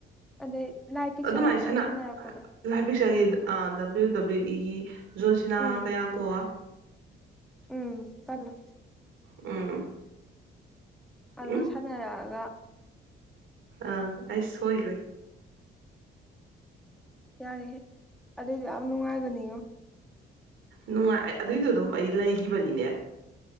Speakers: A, in the centre; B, on the right.
A: ꯑꯗꯩ ꯂꯥꯏ ꯄꯤꯛꯆꯔ
B: ꯑꯗꯨꯃꯥꯏꯅ
A: ꯃꯌꯥꯝ
B: ꯁꯅ
A: ꯁꯥꯟꯅꯔꯛꯄꯗꯣ
B: ꯂꯄꯤꯆꯔꯤ ꯑ ꯗꯕ꯭ꯂꯤꯎ ꯗꯕ꯭ꯂꯤꯎ ꯏꯒꯤ ꯖꯣꯟꯁꯤꯅꯥꯒꯥꯡ
A: ꯎꯝ
B: ꯀꯌꯥ ꯊꯣꯛꯣꯛꯑꯣ
A: ꯎꯝ ꯐꯂꯣ
B: ꯎꯝ
A: ꯑꯗꯣ
B: ꯎꯝ
A: ꯁꯥꯟꯅꯔꯛꯑꯒ
B: ꯑ ꯑꯩꯁꯨꯣꯏꯔꯦ
A: ꯌꯥꯔꯦꯍ ꯑꯗꯨꯏꯗꯤ ꯌꯥꯝ ꯅꯨꯡꯉꯥꯏꯕꯅꯤꯉꯣ
B: ꯅꯨꯡꯉꯥꯏ ꯑꯗꯨꯏꯗꯣ ꯑꯗꯨꯝ ꯑꯩ ꯂꯩꯈꯤꯕꯅꯤꯅꯦ